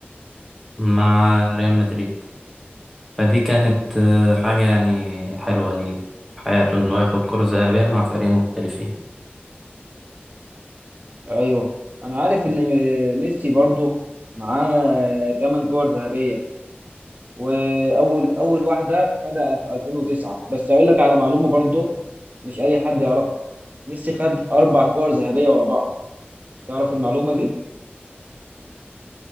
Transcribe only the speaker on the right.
أيوه أنا عارف إن ميسي برضه معاه تمن كور ذهبية وأول أول واحدة خدها في 2009 بس أقول لك على معلومة برضه مش أي حد يعرفها ميسي خد أربع كور ذهبية ورا بعض تعرف المعلومة دي؟